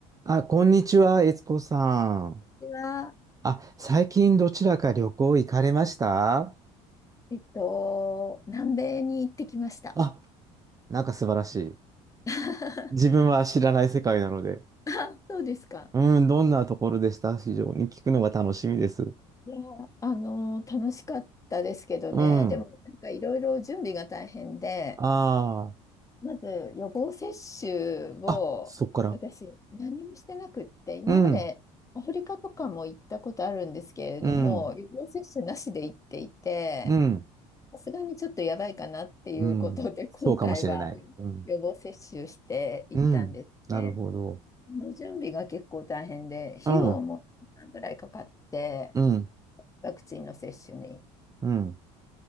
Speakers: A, on the right; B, on the left.
A: あ、こんにちは、悦子さん。
B: 私は、
A: あ、最近どちらか旅行行かれました
B: えっと、南米に行ってきました。
A: あ、なんか素晴らしい。
B: <laughs>
A: 自分は知らない世界なので。
B: あそうですか。
A: うん、どんなところでした非常に聞くのが楽しみです。
B: いや、あの、楽しかったですけどね、
A: うん。
B: でも、なんかいろいろ準備が大変で、
A: あ
B: まず予防接種を私、
A: あ。あ、そっから。
B: 何もしてなくって、今までアフリカとかも行ったことあるんですけれども、
A: うん、うん、
B: 予防接種なしで行っていて、
A: うん、
B: さすがにちょっとやばいかなっていうことで、
A: うん。
B: 今回は
A: そうかもしれない。うん、
B: 予防接種して行ったんですね。
A: うん。なるほど。
B: の準備が結構大変で、費用も何ぐらいかかって、
A: うん、うん、
B: ワクチンの接種に。
A: うん。